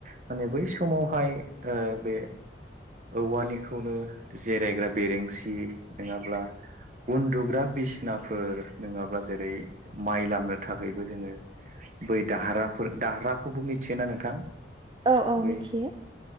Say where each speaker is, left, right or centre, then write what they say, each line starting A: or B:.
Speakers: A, on the right (about 45°); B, on the right (about 25°).
A: माने बै समावहाय ओ बे औवानिखौनो जिरायग्रा बेरेंसि नङाब्ला उन्दुग्रा बिसनाफोर नङाब्ला जेरै माइ लामनो थाखायबो जोङो बै दाहाराफोर दाहाराखौबो मिथियोना नोंथां?
B: औ औ
A: बै
B: मिथियो।